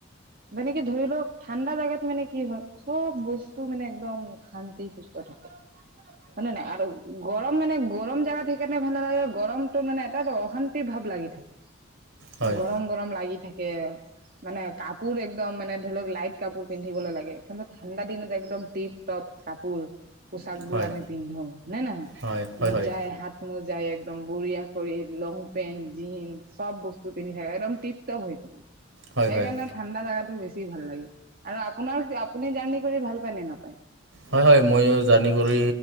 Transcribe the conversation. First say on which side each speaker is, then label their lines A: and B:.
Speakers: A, on the right (about 45°); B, on the right (about 70°).
A: মানে কি ধৰি লওক ঠাণ্ডা জোগাত মানে কি হয় চব বস্তু মানে একদম শান্তি সুস্থ থাকে। হয় নে নাই আৰু গৰম মানে গৰম জোগা থিকনে ভাল লাগে গৰমটোৰ মানে এটা অশান্তি ভাৱ লাগি থাকে।
B: হয়
A: গৰম গৰম লাগি থাকে মানে কাপোৰ একদম মানে ধৰি লওক লাইট কাপোৰ পিন্ধিবলৈ লাগে কিন্তু ঠাণ্ডা দিনত একদম টিপ টপ কাপোৰ পোচাক বোৰ
B: হয়
A: আমি পিন্ধো নে নহয়
B: হয় হয়
A: মোৰ
B: হয়
A: যাই হাত মো যায় একদম বঢ়িয়া কৰি লং পেণ্ট জিনন্ চব বস্তু পিন্ধি থাকে একদম টিপ টপ হৈ থাকে
B: হয়
A: সেইকাৰণে
B: হয়
A: ঠাণ্ডা জাগাতটো বেছি ভাল লাগে আৰু আপোনাৰ আপুনি জাৰ্ণি কৰি ভাল পায় নে নাপায়
B: হয় হয় ময়ো জানি কৰি